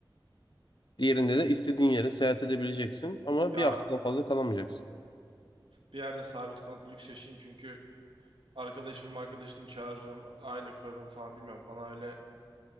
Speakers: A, on the left; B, on the right.
A: Diğerinde de istediğin yere seyahat edebileceksin ama
B: Ya
A: bir haftadan fazla kalamayacaksın.
B: bir yerde sabit kalıp lüks yaşayayım çünkü arkadaşım arkadaşım çağırırım, aile kurarım falan bilmiyorum. Bana öyle